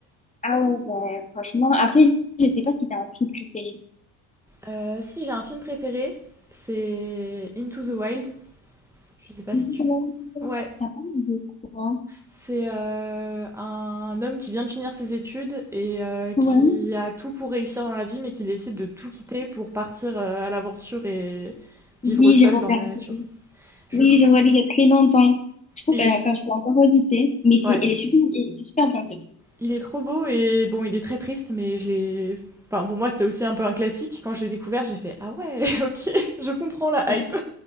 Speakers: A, on the left; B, in the centre.
A: Ah ouais, bah, franchement. Après, je je sais pas si t'as un film préféré.
B: Euh, si j'ai un film préféré, c'est Into the Wild. Je sais pas
A: Tout
B: si tu...
A: le monde,
B: Ouais,
A: Ça parle de quoi?
B: c'est euh, un homme qui vient de finir ses études et euh, qui
A: Ouais.
B: a tout pour réussir dans la vie mais qui décide de tout quitter pour partir euh, à l'aventure et
A: Oui,
B: vivre seul
A: j'ai regardé.
B: dans la nature. Je
A: Oui,
B: le trouve...
A: j'ai regardé il y a très longtemps. Je crois
B: et
A: que euh,
B: je-
A: quand j'étais encore au lycée. Mais c'est,
B: Ouais,
A: elle est super, et c'est super bien ce film.
B: Il est trop beau et bon, il est très triste, mais je l'ai. Enfin, pour moi, c'était aussi un peu un classique. Quand je l'ai découvert, j'ai fait Ah ouais, <laughs> ok, je comprends la
A: Ouais.
B: hype.